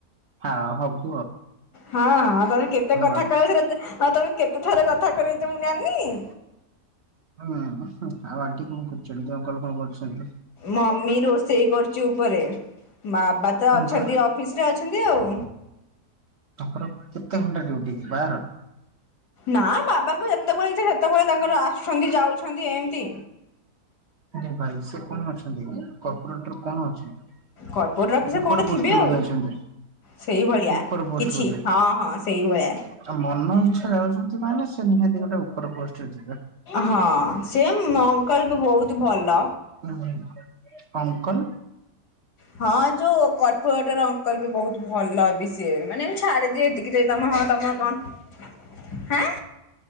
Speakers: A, on the right; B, on the left.
A: ଆଉ ହେଉ।
B: ହଁ ତମେ କେତେ କଥା
A: ଆଡେ
B: କୋଉଥୁର ଯେ। ହଁ ତମେ କେତେ ଥର କଥା କରେଇଚ ମୁଁ ଜାନି।
A: ହଁ ଆଉ ଆଣ୍ଟି କଣ କରୁଚନ୍ତି? ଅଙ୍କଲ କଣ କରୁଚନ୍ତି?
B: ମମି ରୋଷେଇ କରୁଚି ଉପରେ, ବାବା ତ ଅଛନ୍ତିତ
A: ଅଙ୍କଲ
B: ଅ ଫିସରେ ଅଛନ୍ତି ଆଉ।
A: ତାଙ୍କର କେତେ ଘଣ୍ଟା ଡ଼ିୟୁଟି ବାର।
B: ନା ବାବାଙ୍କ ଯେତୋବେଳେ ଇଛା ସେତୋବେଳେ ତାଙ୍କର ଆସୁଚନ୍ତି ଯାଉଛନ୍ତି ଏମତି।
A: ରେ ଭାଇ ସେ କଣ ଅଛନ୍ତି? କର୍ପୋରେଟର କଣ ଅଛନ୍ତି?
B: କର୍ପୋରେଟ ଅଫିସରେ
A: ଉପର
B: କଣ
A: ପୋଷ୍ଟରେ
B: ଥିବେ ଆଉ।
A: ବୋଧେ ଅଛନ୍ତି।
B: ସେଇଭଳିଆ
A: ଉପର ପୋଷ୍ଟ
B: କିଛି
A: ବୋଧେ।
B: ହଁ ହଁ ସେଇଭଳିଆ।
A: ଆଉ ମନ ଇଚ୍ଛା ଯାଉଛନ୍ତି ମାନେ ସେ ନିହାତି ଗୋଟେ ଉପର ପୋଷ୍ଟରେ ଥିବେ।
B: ହଁ ସେମ ଅଙ୍କଲ ବି ବହୁତ ଭଲ।
A: ଉଁ ଅଙ୍କଲ
B: ହଁ ଯୋଉ କର୍ପୁରଟ ର ଅଙ୍କଲ ବି ବହୁତ ଭଲ ବି। ସିଏ ମାନେ ଛାଡ଼ି ଦିଏ ଟିକି ଟିକେ ତମହ ତମ ତମ କଣ। ହାଁ